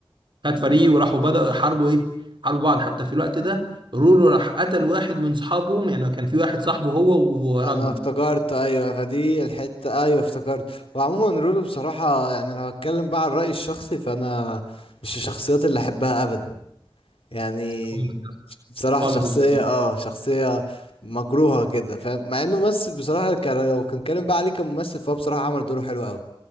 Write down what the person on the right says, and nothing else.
خد فريق وراحوا بدأوا يحاربوا ايه حاربوا بعض حتى في الوقت ده رورو راح قتل واحد من صحابهم يعني كان في واحد صاحبه هو وراجنر
خالص
خالص
الصراحه